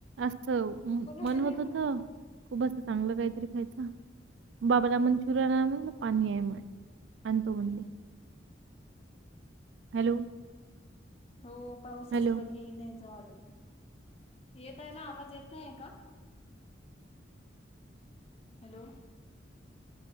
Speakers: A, on the right; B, on the left.
A: अस
B: बनवले
A: मन
B: नाही
A: होत होत
B: मग
A: खूप असं चांगलं काहीतरी खायचं बाबाला मंचुरियन आना म्हटल पाणी आहे म्हणे आणतो म्हणले हॅलो.
B: हो पाऊस
A: हॅलो
B: असला की येई नाहीचं वाटत येत आहे ना आवाज येत नाहीय का? Hello.